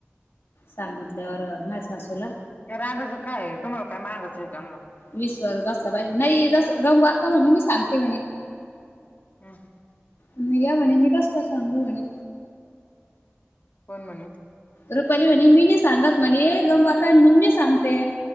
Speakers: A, on the left; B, on the left.
A: सांगितल्यावर माझ्या सासूला.
B: या रागाच काय आहे. तुम्हाला काय मारायचं त्यांनला
A: विश्वास बसला पाहिजे नाही जस गंगु आक्का म्हणे मी सांगते म्हणे.
B: हम्.
A: मी काय म्हणे मी कस काय सांगू म्हणे.
B: कोण म्हणे.
A: रुपाली म्हणे मी नाही सांगत म्हणे गंगु आक्का आणि मम्मी आणि सांगते.